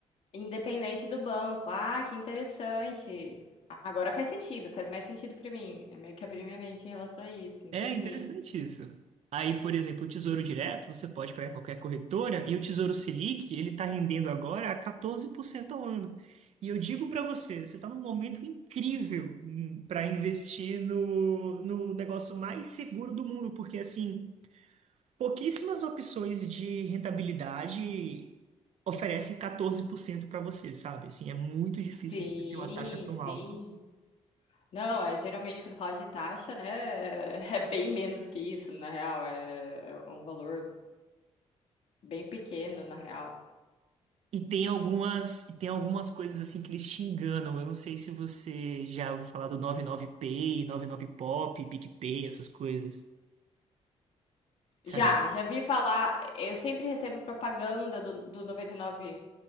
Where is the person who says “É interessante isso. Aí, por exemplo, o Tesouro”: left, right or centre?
Right